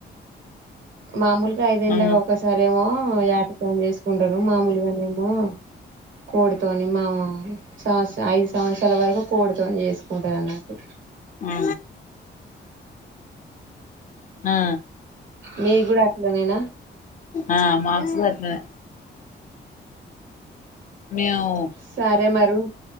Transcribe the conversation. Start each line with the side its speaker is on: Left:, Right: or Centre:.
Right: మామూలు ఐదేంలకి
Left: ఆ
Right: ఒకసారెమో ఏట తోనే చేసు కుంటారు మామూలుగానేమో, కోడితోని మాము సంవత్సర ఐదు సంవత్సరాల వరకు కోడితోని చేసుకుంటారు అన్నట్టు
Left: ఆ ఆ
Right: మీగూడా అట్లనేనా
Left: ఆ మాసు అట్లనే మేము
Right: సారే మరీ ఉ